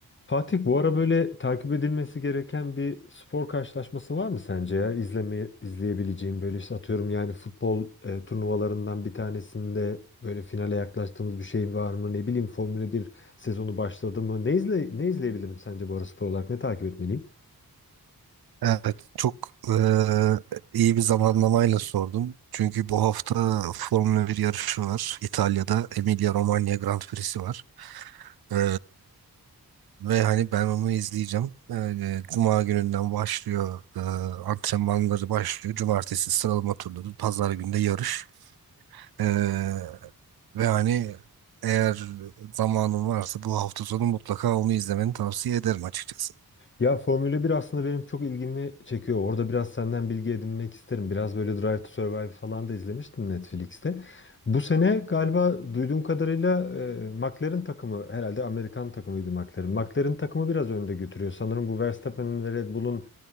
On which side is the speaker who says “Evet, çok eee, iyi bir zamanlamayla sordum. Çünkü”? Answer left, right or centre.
Right